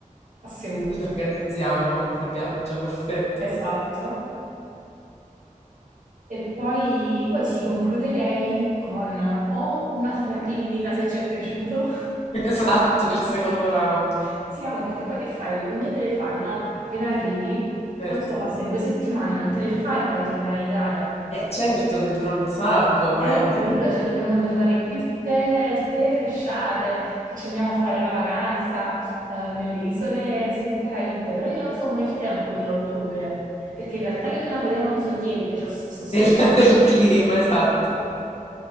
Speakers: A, on the right (about 75°); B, on the left (about 50°).
A: a Seoul.
B: E ci organizziamo il viaggio, perfetto.
A: Esatto. E poi, poi sì, concluderei con o un'altra clinica se ci è piaciuto.
B: <laughs> Esatto, il secondo round,
A: <laughs> Siamo perché poi che fai? Le unghie te le fai, no? Appena arrivi,
B: certo.
A: poi solo passare due settimane, non te le rifai prima di tornare in Italia.
B: Eh, certo che durano un sacco, ma
A: Eh,
B: è ovvio,
A: capito, cioè dobbiamo tornare qui tutte, tutte refresciate, che ci andiamo a fare la vacanza eh, nelle isole semicaraibiche, però io non so com'è il tempo lì a ottobre, perché in realtà io della Corea non so niente, cioè, so, so solo...
B: del, <laughs> del clima, esatto.